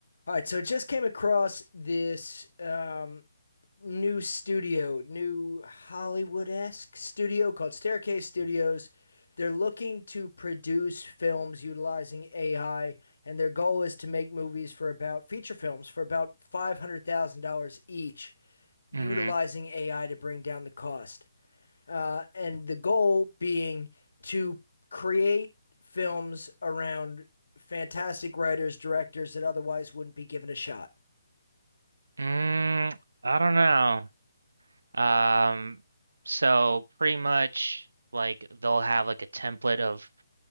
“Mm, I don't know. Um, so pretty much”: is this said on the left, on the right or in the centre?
Right